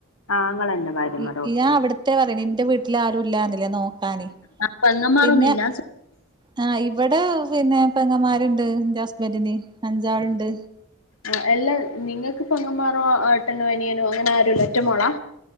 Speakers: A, on the left; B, on the right.
A: ആങ്ങളെന്റെ ഭാര്യമാരോ
B: ഇ ഇയ അവിടുത്തെ പറയ എന്റെ വീട്ടിൽ ആരും ഇല്ലന്നില്ലേ നോക്കാന്
A: ആ പെങ്ങന്മാരൊന്നുല്ല
B: പിന്നെ
A: സൊ
B: ആ ഇവിടെ പിന്നെ പെങ്ങമാരുണ്ട് ഹസ്ബൻ്റൻ അഞ്ചാളുണ്ട്
A: ആ എല്ലാ നിങ്ങക്ക് ഇപ്പ അങ്ങന്മാറോ ഏട്ടനോ അനിയനോ അങ്ങനെ ആരും ഇല്ലോ ഒറ്റമോളാ